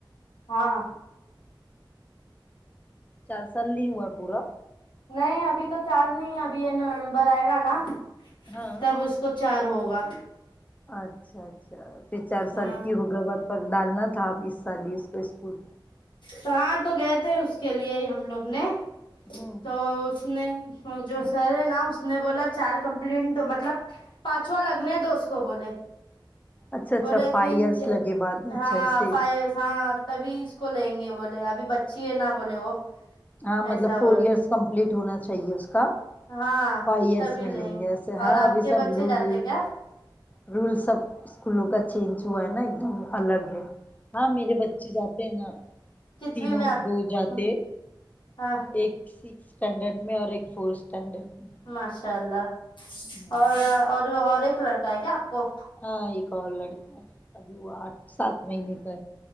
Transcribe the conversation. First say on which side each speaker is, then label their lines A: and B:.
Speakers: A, on the left; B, on the left.
A: ہاں
B: چار سال نہیں ہوا ہے پورا
A: نہیں ابھی تو چار نہیں ابھی یہ نومبر آئے گا نا
B: ہاں
A: تب اس کچ چار ہوگا
B: اچھا اچھا پھر چار
A: ہاں
B: سال کی ہوگئے وقت پر ڈالنا تھا اپ اس سال ہی اس کو اسکول
A: تو ہاں تو گئے تھے اس کے لیے ہی ہم لوگ نے
B: ہاں
A: تو اس نے جو سر ہے نا اس نے بولا چار کمپلینٹ مطلب پانچواں لگنے دو اس کو بولے
B: اچھا اچھا
A: بولے
B: فائیو
A: نہیں
B: ایئرس لگے بعد
A: ہاں
B: اچھا ایسے
A: ف ہاں تبھی اس کو لیں گے بولے ابھی بچی ہے نہا بولے وہ
B: ہاں مطلب
A: ایسا
B: فور
A: بولے
B: ایئرس کمپلیٹ ہونا چاہیے اس کا
A: ہاں
B: فائی ایئرس
A: تبھی
B: ملیں
A: لیں
B: گے ایسے
A: اور
B: ہاں
A: آپ
B: ابھی
A: کے
B: سب
A: بچے
B: رول
A: جاتے کیا
B: رول سب اسکولوں کا چینج ہوا ہے نا ایک دم الگ ہے ہاں میرے بچے جاتے ہیں نا
A: کتویں
B: تینوں
A: میں آپ
B: دو جاتے
A: ہاں
B: ایک سکس اسٹینڈرڈ میں اور ایک فورتھ اسٹینڈرڈ میں
A: ماشاء اللہ
B: ہوں
A: اور اور اور ایک لڑکا ہے کیا آپ کو
B: ہاں ایک اور لڑکا ہے ابھی وہ آٹ سات مہینے کا ہے